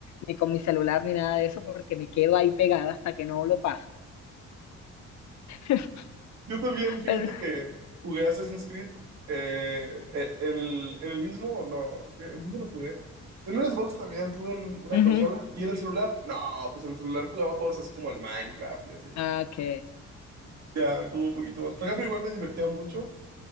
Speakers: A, on the left; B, on the right.
A: ni con mi celular ni nada de eso porque me quedo ahí pegada hasta que no lo paso. <laughs>
B: Yo también, fíjate
A: Pero,
B: que jugué Assassin's Creed eh, eh, en el, en el mismo, no, ¿qué? ¿En dónde lo jugué? En un Xbox también, tuve un- una
A: ujú.
B: consola. ¿Y en el celular? No, pues en el celular jugaba juegos así como el Minecraft y así.
A: Ah, ok.
B: Ya, como un poquito más. Por ejemplo, igual me divertía mucho